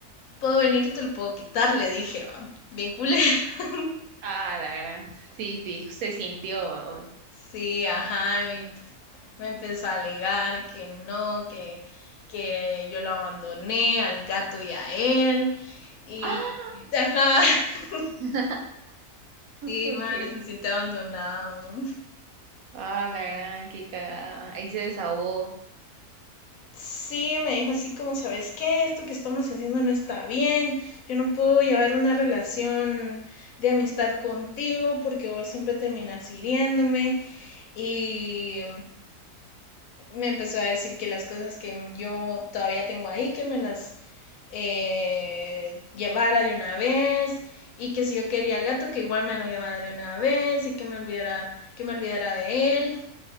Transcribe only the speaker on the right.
Ah, la gran. Sí, sí, se sintió, vamos.
¡Ah!
<laughs>
Ok.
Ah, la gran, qué cagada. Ahí se desahogó.